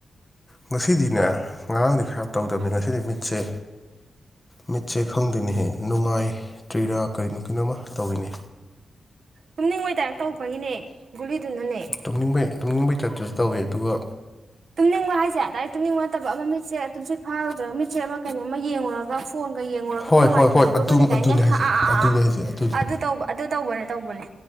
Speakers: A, on the left; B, on the right.
A: ꯉꯁꯤꯗꯤꯅꯦ ꯉꯔꯥꯡꯗꯤ ꯈꯔ ꯇꯧꯗꯕꯅꯤ
B: ꯎꯝ
A: ꯉꯁꯤꯗꯤ ꯃꯤꯠꯁꯦ ꯃꯤꯠꯁꯦ ꯈꯪꯗꯦꯅꯦꯍꯦ ꯅꯨꯡꯉꯥꯏꯇ꯭ꯔꯤꯔꯥ ꯀꯩꯅꯣ ꯀꯩꯅꯣꯃ ꯇꯧꯏꯤꯅꯦ
B: ꯇꯨꯝꯅꯤꯡꯉꯇꯥꯔ ꯇꯧꯕꯒꯤꯅꯦ ꯒꯨꯂꯤꯗꯨꯅꯅꯦ
A: ꯇꯨꯝꯅꯤꯡꯕꯩ ꯇꯨꯝꯅꯤꯡꯕꯩꯇꯠꯇꯨꯁꯨ ꯇꯧꯋꯤ ꯑꯗꯨꯒ
B: ꯇꯨꯝꯅꯤꯡꯕ ꯍꯥꯏꯁꯦ ꯑꯗꯥꯏ ꯇꯨꯝꯅꯤꯡꯕ ꯅꯠꯇꯕ ꯑꯃ ꯃꯤꯠꯁꯦ ꯇꯨꯝꯆꯠ ꯐꯥꯔꯨꯗ꯭ꯔꯒ ꯃꯤꯠꯁꯦꯠ ꯑꯃ ꯀꯩꯅꯣ ꯑꯃ ꯌꯦꯡꯉꯨꯔꯒ ꯐꯣꯟꯒ ꯌꯦꯡꯉꯨꯔꯒ
A: ꯍꯣꯏ
B: ꯅꯨꯡꯉꯥꯏꯇꯕꯤꯗꯧꯕ
A: ꯍꯣꯏ ꯍꯣꯏ ꯑꯗꯨꯝ
B: ꯂꯩꯗꯥꯏꯅꯦ
A: ꯑꯗꯨꯅꯦ
B: ꯑꯥ
A: ꯍꯥꯏꯁꯦ
B: ꯑꯥ
A: ꯑꯗꯨꯅꯦ
B: ꯑꯥ
A: ꯍꯥꯏꯁꯦ ꯑꯗꯨꯗꯣ
B: ꯑꯗꯨ ꯇꯧꯕ ꯑꯗꯨ ꯇꯧꯕꯅꯦ ꯇꯧꯕꯅꯦ